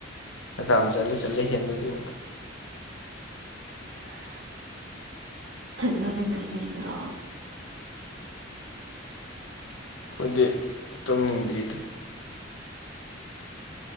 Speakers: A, on the left; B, on the right.
A: ꯍꯀꯥꯝ ꯆꯠꯂ ꯆꯠꯂꯦ ꯍꯦꯟꯕꯗꯨ
B: <unintelligible> ꯅꯅꯤꯇꯨ ꯃꯤꯗ꯭ꯔꯣ
A: ꯑꯩꯈꯣꯏꯗꯤ ꯏ ꯇꯧꯅꯤꯡꯗ꯭ꯔꯤꯗ